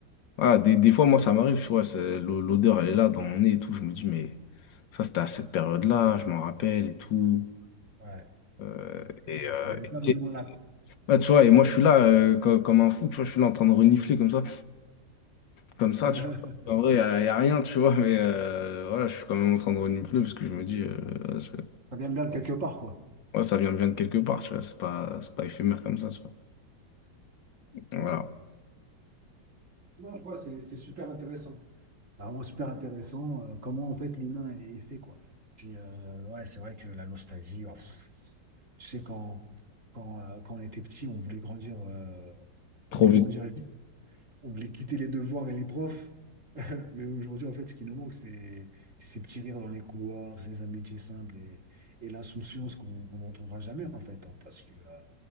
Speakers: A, on the left (about 80°); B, on the right (about 45°).
A: Ah, des, des fois, moi, ça m'arrive, tu vois, c'est- l'o- l'odeur, elle est là dans mon nez et tout. Je me dis, mais ça, c'était à cette période-là, je m'en rappelle et tout.
B: Ouais.
A: Euh, et, euh,
B: Mais elle n'est pas vraiment
A: et-
B: là, quoi.
A: ouais, tu vois, et moi, je suis là euh, co- comme, un fou, tu vois, je suis là en train de renifler comme ça, comme ça,
B: <laughs>
A: tu vois. En vrai, il n'y a, y a rien, tu vois, mais euh, voilà, je suis quand même en train de renifler parce que je me dis, euh, ouais, je-
B: Ça vient bien de quelque part, quoi.
A: ouais, ça vient, vient de quelque part, tu vois, c'est pas, c'est pas éphémère comme ça, tu vois. Voilà.
B: Non, ouais, c'est c'est super intéressant. C'est Vraiment super intéressant, euh, comment en fait l'humain est est fait, quoi. Puis, euh, ouais, c'est vrai que la nostalgie, oh, pff, tu sais, quand, quand, euh, quand on était petit, on voulait grandir, euh,
A: Trop
B: on voulait
A: vite.
B: grandir vite, on voulait quitter les devoirs et les profs. <laughs> Mais aujourd'hui, en fait, ce qui nous manque, c'est c'est ces petits rires dans les couloirs, ces amitiés simples et, et l'insouciance qu'on qu'on ne retrouvera jamais, en fait. hein, parce que euh,